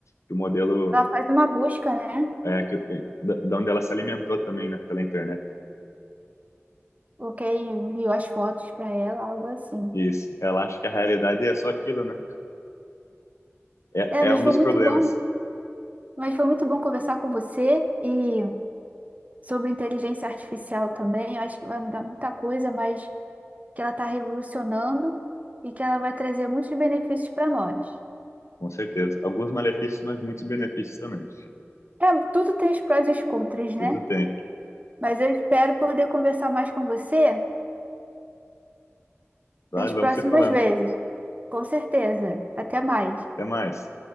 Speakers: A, on the left; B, on the right.
A: Que o modelo
B: Ela faz uma busca, né?
A: é que, é, da da onde ela se alimentou também, né? Pela internet.
B: Porque enviou as fotos para ela, algo assim.
A: E ela acha que a realidade é só aquilo, né? É,
B: É, mas
A: é um
B: foi
A: dos
B: muito
A: problemas,
B: bom, mas foi muito bom conversar com você e sobre inteligência artificial também. Eu acho que vai mudar muita coisa, mas que ela está revolucionando e que ela vai trazer muitos benefícios para nós.
A: com certeza. Alguns malefícios, mas muitos benefícios também.
B: É, tudo tem os prós e os contras,
A: Tudo
B: né?
A: tem.
B: Mas eu espero poder conversar mais com você
A: Claro,
B: das próximas
A: vamos se falando.
B: vezes. Com certeza. Até mais.
A: Até mais.